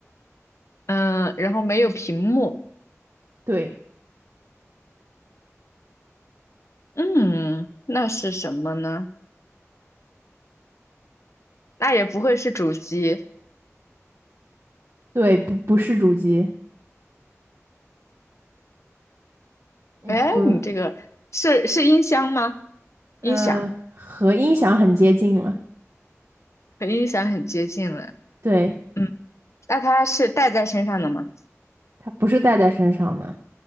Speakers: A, on the left; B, on the right.
A: 嗯，然后没有屏幕，
B: 对
A: 嗯，那是什么呢？那也不会是主机。
B: 对，不不是主机，嗯和
A: 哎，你这个是是音箱吗？
B: 呃和音响很接近了，
A: 音响和音响很接近了。
B: 对，
A: 嗯，那它是戴在身上的吗？
B: 它不是戴在身上的。